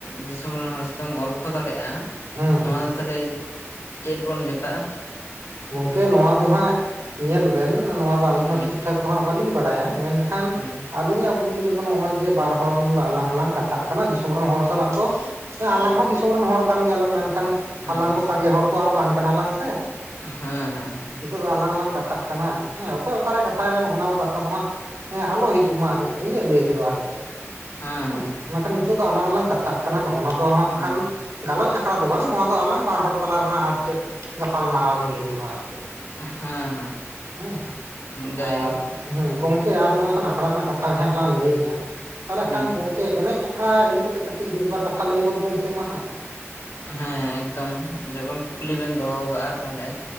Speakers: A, on the left; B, on the right.
A: ᱫᱤᱥᱚᱢ ᱨᱮᱱ ᱦᱚᱲ ᱥᱟᱛᱮᱢ ᱜᱚᱞᱯᱷᱚ ᱫᱟᱲᱮᱭᱟᱜᱼᱟ
B: ᱦᱩᱸ
A: ᱱᱚᱣᱟ ᱫᱚ ᱛᱟᱦᱚᱞᱮ ᱪᱮᱫ ᱵᱚᱱ ᱢᱮᱛᱟᱜᱼᱟ?
B: ᱜᱚᱝᱠᱮ ᱱᱚᱣᱟ ᱫᱚ ᱦᱟᱸᱜ ᱧᱮᱞ ᱵᱮᱱ ᱱᱚᱣᱟ ᱫᱚ ᱟᱹᱞᱤᱧ
A: ᱦᱮᱸ
B: ᱦᱚᱸ ᱴᱷᱤᱠ ᱴᱷᱟᱠ ᱫᱚ ᱦᱟᱸᱜ ᱵᱟᱹᱞᱤᱧ ᱵᱟᱲᱟᱭᱟ, ᱢᱮᱱᱠᱷᱟᱱ
A: ᱦᱮᱸ
B: ᱟᱹᱞᱤᱧᱟᱜ ᱵᱩᱡᱽ ᱨᱮᱫᱚ ᱱᱚᱜᱼᱚᱭ ᱡᱮ ᱵᱟᱨ ᱦᱚᱲ ᱟᱞᱟᱝ ᱞᱟᱝ ᱠᱟᱛᱷᱟᱜ ᱠᱟᱱᱟ ᱫᱤᱥᱚᱢ ᱨᱮᱱ ᱦᱚᱲ ᱥᱟᱞᱟᱜ ᱫᱚᱸ ᱟᱞᱟᱝ ᱦᱚᱸ ᱫᱤᱥᱚᱢ ᱨᱮᱱ ᱦᱚᱲ ᱠᱟᱱ ᱜᱮᱭᱟᱞᱟᱝ ᱢᱮᱱᱠᱷᱟᱱ ᱠᱷᱟᱱ
A: ᱦᱮᱸ
B: ᱟᱞᱟᱝ ᱫᱚ ᱥᱟᱸᱜᱮ ᱦᱚᱲ ᱫᱚ ᱟᱨ ᱵᱟᱝ ᱠᱟᱱᱟ ᱞᱟᱝ ᱥᱮ,
A: ᱦᱮᱸ ᱦᱮᱸ
B: ᱱᱤᱛᱚᱜ ᱫᱚ ᱟᱞᱟᱝ ᱞᱟᱝ ᱠᱟᱛᱷᱟᱜ ᱠᱟᱱᱟ ᱦᱮᱸ ᱚᱠᱚᱭ ᱚᱠᱟᱨᱮ ᱠᱟᱛᱷᱟᱭᱮ ᱱᱚᱜ ᱚᱱᱟ ᱠᱚ ᱠᱟᱛᱷᱟ ᱫᱚ ᱦᱟᱸᱜ ᱦᱮᱸ ᱟᱞᱚ ᱦᱤᱡᱩᱜ ᱢᱟ, ᱤᱧᱟᱹᱜ ᱞᱟᱹᱭ ᱛᱮᱫᱚ ᱟᱨ ᱪᱮᱫ
A: ᱦᱮᱸ
B: ᱦᱩᱸ
A: ᱦᱮᱸ
B: ᱢᱮᱱᱠᱷᱟᱱ ᱱᱤᱛᱚᱜ ᱫᱚ ᱟᱞᱟᱝ ᱟᱞᱟᱝ ᱠᱟ ᱠᱟᱛᱷᱟᱜ ᱠᱟᱱᱟ᱾ᱱᱚᱜ-ᱱᱟᱣᱟ ᱫᱚ ᱦᱟᱸᱜ
A: ᱦᱮᱸ
B: ᱠᱷᱟᱱ ᱜᱟᱞᱚᱪ ᱟᱠᱷᱲᱟ ᱫᱚ ᱵᱟᱝ ᱱᱚᱣᱟ ᱫᱚ ᱟᱞᱟᱝ ᱵᱟᱨ ᱦᱚᱲ ᱛᱟᱞᱟ ᱨᱮᱱᱟᱜ ᱟᱨ ᱪᱮᱫ ᱜᱟᱯᱟᱞ ᱢᱟᱨᱟᱣ ᱜᱮ ᱞᱟᱹᱭᱚᱜ-ᱟ ᱟᱨ ᱪᱮᱫ᱾
A: ᱦᱮᱸ ᱦᱮᱸ
B: ᱦᱩᱸ
A: ᱡᱟᱭᱦᱳᱠ
B: ᱟᱨ ᱦᱩᱸ ᱜᱚᱝᱠᱮ ᱟᱨ ᱱᱚᱣᱟ ᱡᱚᱠᱷᱚᱱ ᱟᱠᱷᱲᱟ ᱨᱮᱱᱟᱜ ᱠᱟᱛᱷᱟ ᱜᱮ ᱦᱟᱸᱜ ᱞᱟᱝ ᱞᱟᱹᱭᱮᱜᱼᱟ ᱛᱟᱦᱚᱞᱮ
A: ᱦᱮᱸ
B: ᱠᱷᱟᱱ, ᱜᱚᱝ ᱠᱮ ᱮᱱᱮᱡ ᱟᱠᱷᱲᱟ ᱤᱫᱤ ᱠᱟᱛᱮ ᱠᱟᱹᱴᱤᱡ ᱢᱤᱫ-ᱵᱟᱨ ᱠᱟᱛᱷᱟ ᱞᱟᱹᱭ ᱜᱚᱫ ᱵᱮᱱ ᱥᱮ ᱢᱟ ᱦᱟᱸᱜ?
A: ᱦᱮᱸ ᱮᱠᱫᱚᱢ ᱡᱮᱢᱚᱱ ᱠᱩᱠᱞᱤ ᱵᱮᱱ ᱫᱚᱦᱚ ᱟᱠᱟᱫᱼᱟ, ᱛᱟᱦᱚᱞᱮ